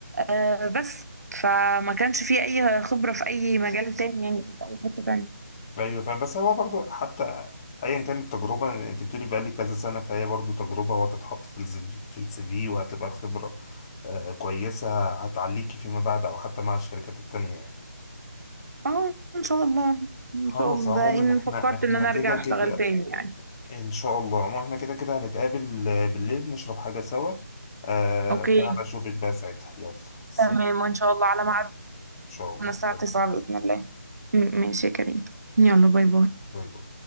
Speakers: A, on the right (about 75°); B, on the left (about 15°).
A: آه، بس فما كانش في اي خبرة في اي مجال تاني يعني في اي حتة تانية
B: ايوه فاهم بس هو برضو حتى ايا كانت التجربه انت بتقولي بقى لي كذا سنه فهي برضو تجربه وهتتحط في الزي في السي في وهتبقى خبره آه كويسه هتعليكي فيما بعد او حتى مع الشركات التانية يعني
A: اه ان شاء الله ان
B: خلاص
A: شاء الله
B: عموما
A: ده ان
B: احنا
A: فكرت
B: احنا
A: ان انا
B: كده
A: ارجع
B: كده
A: اشتغل تاني يعني
B: ان شاء الله عموما احنا كده كده هنتقابل آه، بالليل نشرب حاجه سوا آه
A: اوكي
B: فهبقى اشوفك بقى ساعتها يلا سلام
A: تمام وان شاء الله على ميعادنا
B: ان شاء الله
A: الساعة
B: سلام
A: 9 بإذن الله م- ماشي يا كريم يلا باي باي
B: باي باي